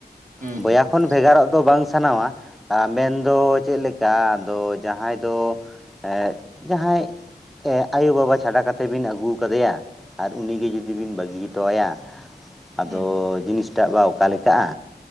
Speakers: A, on the right; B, in the centre.
A: ᱦᱩᱸ
B: ᱵᱚᱭᱦᱟ‌ᱠᱷᱚᱱ
A: ᱦᱩᱸ
B: ᱵᱷᱮᱜᱟᱨᱚᱜ ᱫᱚ ᱵᱟᱝ ᱥᱟᱱᱟᱣᱟ ᱟ ᱢᱮᱱ ᱫᱚ ᱪᱮᱜ ᱞᱮᱠᱟ ᱟᱫᱚ ᱡᱟᱦᱟᱸᱭ ᱫᱚ ᱮᱜ ᱡᱟᱦᱟᱸᱭ ᱮᱜ ᱟᱭᱳ ᱵᱟᱵᱟ ᱪᱷᱟᱰᱟ ᱠᱟᱛᱮᱜ ᱵᱤᱱ ᱟᱜᱩ ᱠᱟᱫᱮᱭᱟ᱾ ᱟᱨ ᱩᱱᱤ ᱜᱮ ᱡᱩᱫᱤ ᱵᱤᱱ ᱵᱟᱜᱤ ᱦᱚᱴᱚ ᱟᱭᱟ ᱟᱫᱚ
A: ᱦᱩᱸ
B: ᱡᱤᱱᱤᱥ ᱴᱟᱜ ᱵᱟ ᱚᱠᱟ ᱞᱮᱠᱟᱜ-ᱟ,